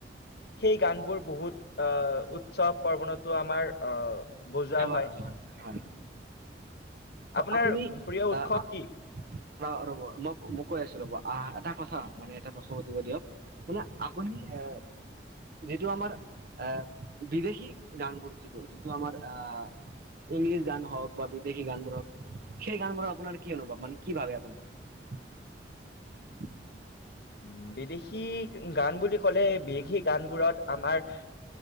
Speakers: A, on the left; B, on the right.
A: সেই গানবোৰ বহুত আহ উৎসৱ পৰ্বণতো আমাৰ আহ
B: <inaudible>
A: বজোৱা হয়
B: ত'
A: আপোনাৰ
B: আপুনি
A: প্ৰিয় উৎসৱ
B: অ, আ,
A: কি
B: অ, ৰব মো মোক কৈ আছো ৰ'ব আহ এটা কথা মানে এটা প্ৰশ্ন সুধিব দিয়ক শুনা আপুনি এ যিটো আমাৰ আ, বিদেশী গানবোৰ যিটো যিটো আমাৰ আ, ইংলিছ গান হওক বা বিদেশী গান বোৰক সেই গানবোৰৰ আপোনাৰ কি অনুভৱ মানে কি ভাবে আপুনি? <inaudible>
A: উম, বিদেশী গান বুলি ক'লে বিদেশী গানবোৰত আমাৰ